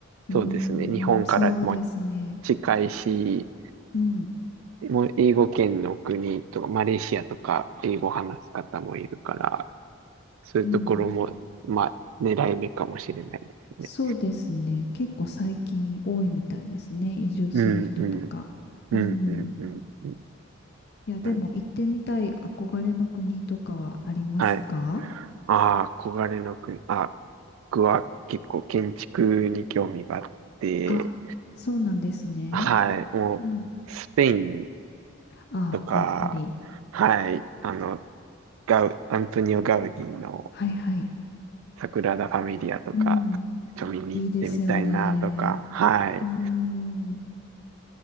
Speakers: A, on the left; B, on the right.
A: うん、
B: そうですね。日本からも
A: そうですね。
B: 近いし、
A: うん、
B: もう英語圏の国とか、マレーシアとか、英語話す方もいるから、そういうところも、
A: うん、
B: まあ、狙い目かもしれないですね。
A: そうですね。結構最近多いみたいですね。移住する人とか。
B: うん、うん、うん、
A: うん、
B: うん、
A: い
B: うん。
A: や、でも行ってみたい憧れの国とかはありますか
B: うんはい。ああ、憧れの国。あ、僕は結構建築に興味があって、
A: あ、そうなんですね。
B: はい、もう、
A: うん。
B: スペイン
A: あ、
B: とか、
A: やっぱり。
B: はい、あの、ガウ、アントニオ・ガウディの、
A: はいはい。
B: サグラダ・ファミリアとか、
A: うん。
B: ちょ、見に行ってみたいなとか、
A: いいですよね。
B: はい。
A: うーん。